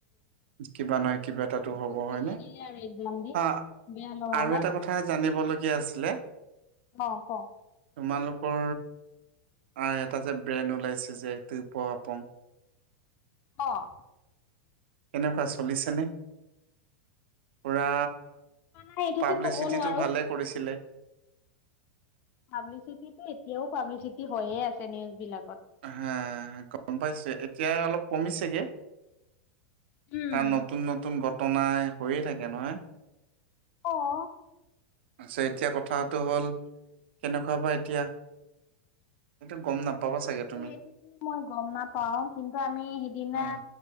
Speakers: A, on the right; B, on the left.
A: কিবা নহয় কিবা এটাতো হ'ব
B: বহুত ভাল
A: হয়নে
B: লাগিলে আৰু এক্সাম দি
A: হা
B: বেয়া লগা
A: আৰু
B: নাই
A: এটা কথা জানিবলগীয়া আছিলে।
B: অ', কওক।
A: তোমালোকৰ আ এটা যে ব্ৰেন ওলাইছে যে টি প আপং।
B: অ'।
A: এনেকুৱা চলিছেনে? পুৰা
B: নাই এইটোতো
A: পাব্লিচিটিটো
B: ক'ব নোৱাৰো
A: ভালে কৰিছিলে।
B: পাব্লিচিটিটো এতিয়াও পাব্লিচিটি হয়ে আছে নিউজ বিলাকত।
A: হা গম পাইছো এতিয়া অলপ কমিছেগে।
B: উম।
A: কাৰণ নতুন নতুন ঘটনাই হৈয়ে থাকে নহয়।
B: অ'।
A: অতচা এতিয়া কথাটো হ'ল কেনেকুৱা বা এতিয়া।
B: <inaudible>
A: সেইটো গম নাপাবা চাগে। তুমি
B: এইটোতো মই গম নাপাও কিন্তু আমি সিদিনা।
A: অ